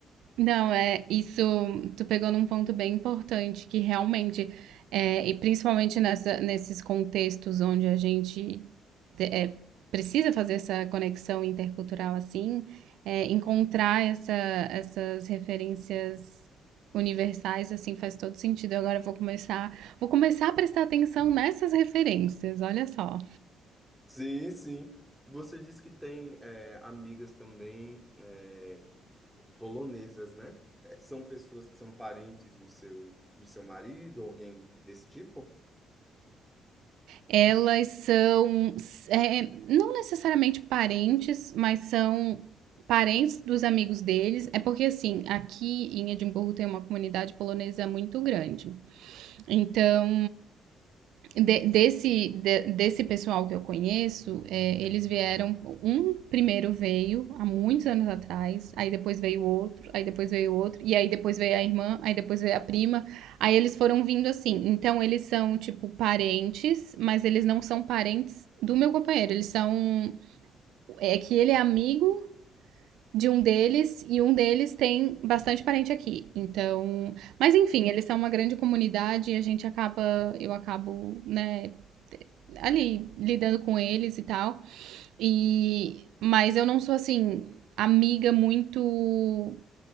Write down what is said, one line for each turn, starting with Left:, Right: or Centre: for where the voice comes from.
Right: não, é, isso, tu pegou num ponto bem importante, que realmente, é, e principalmente nessa, nesses contextos onde a gente te- é, precisa fazer essa conexão intercultural assim, é, encontrar essa, essas referências universais assim faz todo sentido. Agora eu vou começar, vou começar a prestar atenção nessas referências. Olha só,
Centre: Sim, sim. Você disse que tem é, amigas também é, polonesas, né? É, São pessoas que são parentes do seu, do seu marido, alguém desse tipo?
Right: elas são é, não necessariamente parentes, mas são parentes dos amigos deles. É porque assim, aqui em Edimburgo tem uma comunidade polonesa muito grande. Então de- desse, de- desse pessoal que eu conheço, é, eles vieram. Um primeiro veio há muitos anos atrás, aí depois veio outro, aí depois veio outro, e aí depois veio a irmã, aí depois veio a prima. Aí eles foram vindo assim. Então eles são, tipo, parentes, mas eles não são parentes do meu companheiro. Eles são. É que ele é amigo. De um deles, e um deles tem bastante parente aqui. Então, mas enfim, eles são uma grande comunidade e a gente acaba, eu acabo, né, ali lidando com eles e tal. E mas eu não sou assim amiga muito